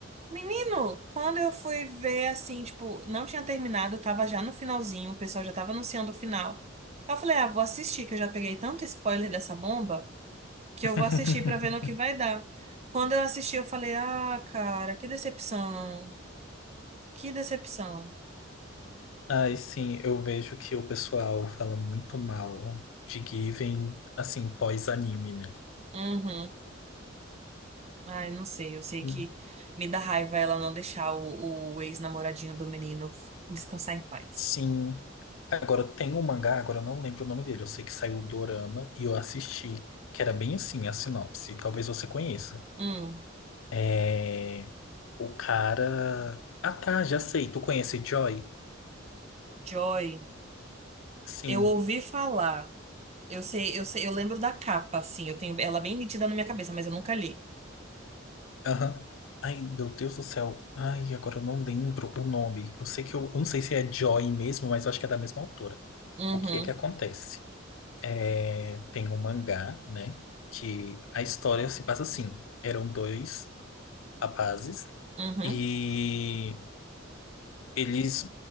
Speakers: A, on the right; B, on the left.
A: menino, quando eu fui ver, assim, tipo, não tinha terminado, tava já no finalzinho, o pessoal já tava anunciando o final. Aí Eu falei, ah, vou assistir, que eu já peguei tanto spoiler dessa bomba, que
B: <laughs>
A: eu vou assistir pra ver no que vai dar. Quando eu assisti, eu falei, ah, cara, que decepção, que decepção.
B: Ai, sim, eu vejo que o pessoal fala muito mal de Given, assim, pós-anime, né?
A: Uhum. Ai, não sei, eu sei
B: Hum,
A: que me dá raiva ela não deixar o, o ex-namoradinho do menino descansar em paz.
B: Sim. Agora tem um mangá, agora eu não lembro o nome dele. Eu sei que saiu o Dorama e eu assisti, que era bem assim a sinopse. Talvez você conheça.
A: Hum,
B: É... O cara. Ah, tá, já sei. Tu conhece Joy?
A: Joy,
B: Sim.
A: eu ouvi falar. Eu sei, eu sei, eu lembro da capa, assim, eu tenho ela bem nítida na minha cabeça, mas eu nunca li.
B: Aham. Ai, meu Deus do céu. Ai, agora eu não lembro o nome. Eu sei que eu, eu não sei se é Joy mesmo, mas eu acho que é da mesma autora.
A: Uhum,
B: O que é que acontece? É, tem um mangá, né? Que a história se passa assim. Eram dois rapazes
A: uhum,
B: e eles,